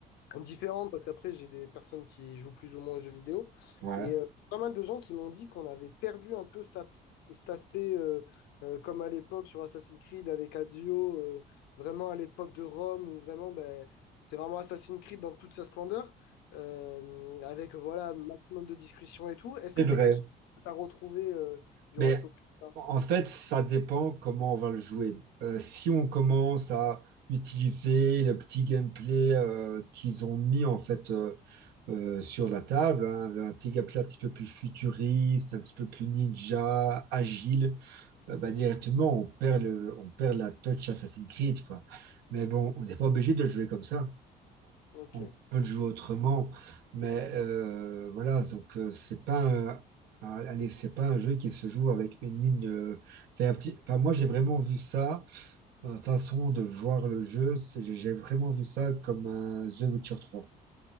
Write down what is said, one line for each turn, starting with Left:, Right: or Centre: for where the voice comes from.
Left: différente parce qu'après, j'ai des personnes qui jouent plus ou moins aux jeux vidéo.
Right: Ouais,
Left: Et euh, pas mal de gens qui m'ont dit qu'on avait perdu un peu cet, ap- cet aspect, euh, euh, comme à l'époque sur Assassin's Creed avec Ezio, euh, vraiment à l'époque de Rome, où vraiment, ben, c'est vraiment Assassin's Creed dans toute sa splendeur, euh, avec voilà, un maximum de discussions et tout. Est-ce
Right: c'est
Left: que
Right: vrai.
Left: c'est quelque chose que tu as retrouvé euh, durant
Right: Mais
Left: ce opus-là?
Right: en fait, ça dépend comment on va le jouer. Euh, si on commence à utiliser le petit gameplay euh, qu'ils ont mis en fait euh, euh, sur la table, hein, un petit gameplay un petit peu plus futuriste, un petit peu plus ninja, agile. euh, bah, directement, on perd le, on perd la touch Assassin's Creed, quoi. Mais bon, on n'est pas obligé de le jouer comme ça.
Left: Ok,
Right: On peut le jouer autrement. Mais euh, voilà, donc euh, c'est pas un, un- allez, c'est pas un jeu qui se joue avec une ligne de. C'est un petit. Enfin, moi, j'ai vraiment vu ça dans la façon de voir le jeu. c'est- J'ai j'ai vraiment vu ça comme un The Witcher 3.